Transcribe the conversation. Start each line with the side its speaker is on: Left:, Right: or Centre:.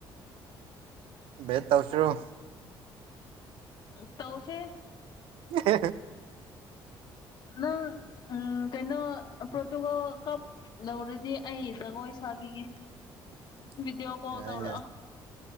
Right: ꯦꯠ ꯇꯧꯁꯨ꯭ꯔꯣ
Left: ꯇꯁꯦ
Right: <inaudible>
Left: ꯅꯪ ꯎꯝ ꯀꯩꯅꯣ ꯄ꯭ꯔꯣꯇꯨꯒꯣꯜ ꯀꯞ ꯂꯧꯔꯗꯤ ꯑꯩ ꯖꯒꯣꯏ ꯄꯩꯁꯥꯕꯤꯒꯦ
Right: <inaudible>
Left: ꯗꯤꯑꯣ ꯀꯣꯜ
Right: ꯌꯥꯏ
Left: ꯇꯧꯔ
Right: ꯌꯥꯏ
Left: <inaudible>